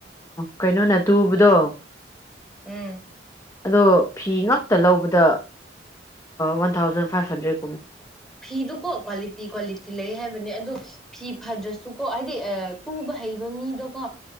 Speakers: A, on the left; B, in the centre.
A: ꯀꯩꯅꯣꯅ ꯇꯨꯕꯗꯣ
B: ꯎꯝ
A: ꯑꯗꯣ ꯐꯤ ꯉꯥꯛꯇ ꯂꯧꯕꯗ ꯋꯥꯟ ꯊꯥꯎꯖꯟ ꯐꯥꯏꯚ ꯍꯟꯗ꯭ꯔꯦꯠ
B: ꯐꯤꯗꯨꯀꯣ ꯀ꯭ꯋꯥꯂꯤꯇꯤ ꯀ꯭ꯋꯥꯂꯤꯇꯤ ꯂꯩ ꯍꯥꯏꯕꯅꯦ ꯑꯗꯣ ꯐꯤ ꯐꯗ꯭ꯔꯁꯨꯀꯣ ꯍꯥꯏꯗꯤ ꯇꯨꯕ ꯍꯩꯕ ꯃꯤꯗꯣꯀꯣ